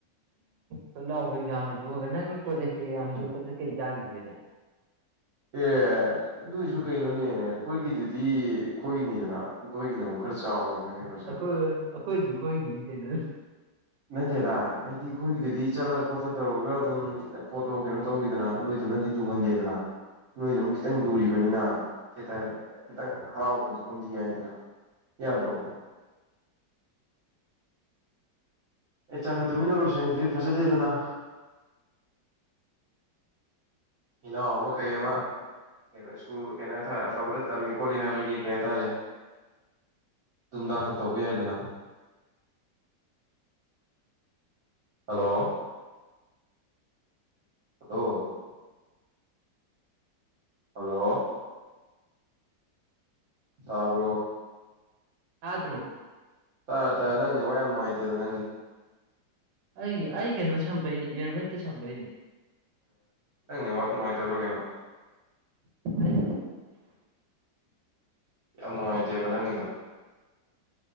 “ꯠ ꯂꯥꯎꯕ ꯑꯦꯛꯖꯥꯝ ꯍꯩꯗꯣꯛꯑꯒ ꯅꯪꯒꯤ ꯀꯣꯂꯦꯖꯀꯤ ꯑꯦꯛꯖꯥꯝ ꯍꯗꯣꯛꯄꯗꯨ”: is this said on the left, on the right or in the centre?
Right